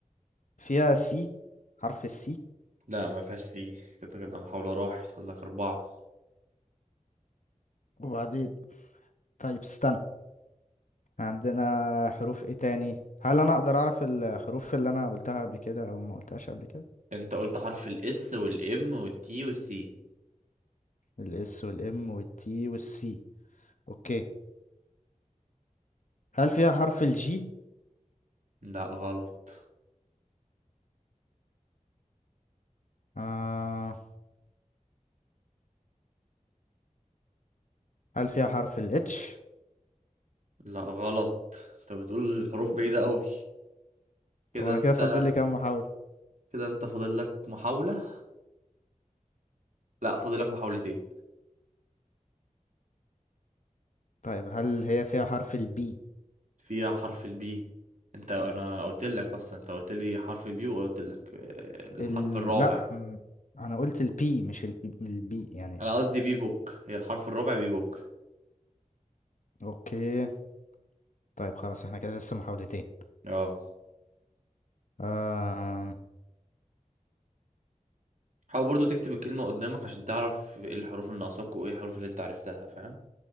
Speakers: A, on the left; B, on the right.
A: فيها سي حرف السي
B: لا ما فيهاش سي كده كده محاولة راحت فاضل لك أربعة
A: وبعدين طيب استنى عندنا حروف إيه تاني هل أنا أقدر أعرف الحروف اللي أنا قلتها قبل كده أو ما قلتهاش قبل كده
B: أنت قلت حرف الإس والإم والتي والسي
A: الإس والإم والتي والسي أوكي هل فيها حرف الجي؟
B: لا غلط
A: آه هل فيها حرف ال H
B: لا غلط أنت بتقول الحروف بعيدة أوي
A: طب
B: كده
A: انا
B: أنت
A: كده فاضل لي كام محاولة
B: كده أنت فاضل لك محاولة لا فاضل لك محاولتين
A: طيب هل هي فيها حرف ال B
B: فيها حرف البي انت انا قلت لك اصلا انت قلت لي حرف البي وقلت لك آه، الحرف
A: ال...
B: الرابع
A: لا م- انا قلت ال P مش ال B ال B يعني
B: انا قصدي بي بوك هي الحرف الرابع بي بوك
A: اوكي طيب خلاص احنا كده لسه محاولتين
B: اه
A: آم،
B: حاول برضو تكتب الكلمة قدامك عشان تعرف ايه الحروف اللي ناقصاك وايه الحروف اللي انت عرفتها فاهم